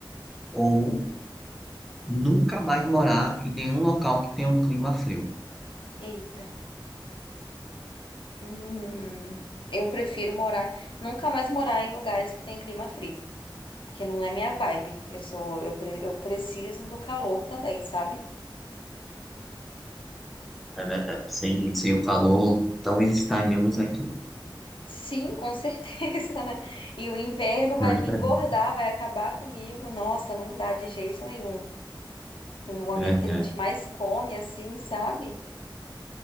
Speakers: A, in the centre; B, on the left.
A: ou nunca mais morar em nenhum local que tenha um clima frio.
B: Eita. Hum, eu prefiro morar, nunca mais morar em lugares que tem clima frio, porque não é minha vibe. Eu sou, eu, pre- eu preciso do calor também, sabe?
A: É verdade. Sem, sem o calor, então estaríamos aqui.
B: Sim, com certeza, <laughs> né? E o inverno vai
A: Não estaríamos.
B: me engordar, vai acabar comigo. Nossa, não dá de jeito nenhum. No momento
A: É verdade.
B: que a gente mais come, assim, sabe?